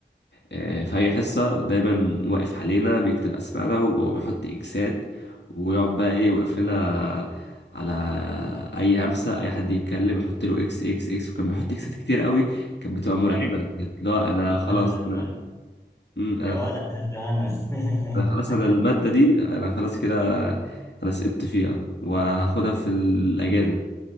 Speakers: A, on the left; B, on the left.
A: آه، في اي حصة دايما واقف علينا بيكتب اسمائنا وبيحط اكسات ويقعد بقى ايه واقف لنا على اي همسة اي حد يتكلم يحط له اكس اكس اكس وكان بيحط اكسات كتير قوي كانت بتبقى مرعبة كانت لا انا
B: انا
A: خلاص
B: انا
A: انا
B: انا
A: مم، انا
B: يا ولد هذا انا <laughs>
A: انا خلاص انا المادة دي انا خلاص كده انا سقطت فيها وهاخدها في الاجازة